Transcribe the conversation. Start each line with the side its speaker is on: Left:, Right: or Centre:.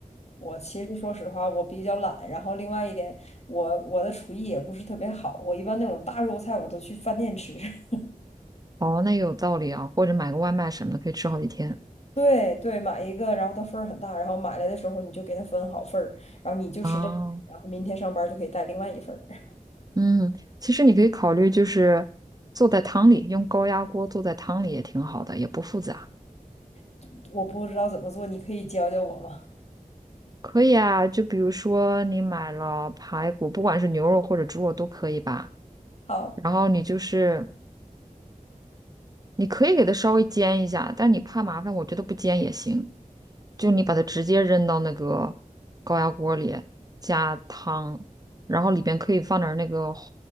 Left: 我其实说实话，我比较懒，然后另外一点，我我的厨艺也不是特别好，我一般那种大肉菜我都去饭店吃。<laughs>
Right: 哦，那也有道理啊。或者买个外卖什么的，可以吃好几天。
Left: 对对，买一个，然后它份儿很大，然后买来的时候你就给它分好份儿，然后你就吃这一份儿然后明天上班就可以带另外一份儿。
Right: 啊。嗯，其实你可以考虑就是做在汤里，用高压锅做在汤里也挺好的，也不复杂。
Left: <laughs> 我不知道怎么做，你可以教教我吗？
Right: 可以啊，就比如说你买了排骨，不管是牛肉或者猪肉都可以吧。
Left: <laughs> 好。
Right: 然后你就是你可以给它稍微煎一下，但你怕麻烦，我觉得不煎也行。就你把它直接扔到那个高压锅里，加汤，然后里边可以放点儿那个红